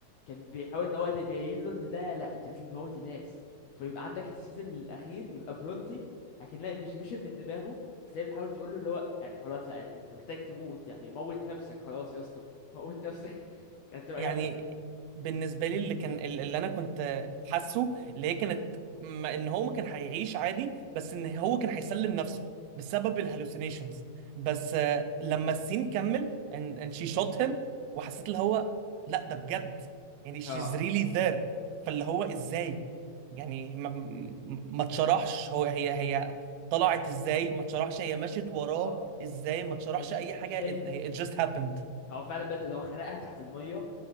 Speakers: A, on the left (about 75°); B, on the right (about 85°).
A: كان بيحاول ان هو ده يبين له ان ده لا انت لازم تموت الناس فيبقى عندك السيزون الاخير يبقى برونتي اكنها ايميجينيشن من دماغه بس هي بتحاول تقول له اللي هو يعني خلاص لا انت انت محتاج تموت يعني موت نفسك خلاص يا اسطى موت نفسك <laughs> كانت تبقى
B: يعني
A: جامده
B: بالنسبه لي اللي كان اللي انا كنت حاسه اللي هي كانت م- ان هو ما كان هيعيش عادي بس ان هو كان هيسلم نفسه بسبب الهلوسينيشنز بس آه، لما السين كمل and, and she shot him وحسيت اللي هو لا ده بجد يعني she's
A: اه
B: really there فاللي هو ازاي يعني ما, ما ما اتشرحش هو هي هي طلعت ازاي ما اتشرحش هي مشيت وراه
A: آه،
B: ازاي ما اتشرحش
A: مش
B: اي
A: مش
B: حاجه
A: فاهم
B: it, it just happened
A: هو فعلا بدل اللي هو خنقها تحت الميه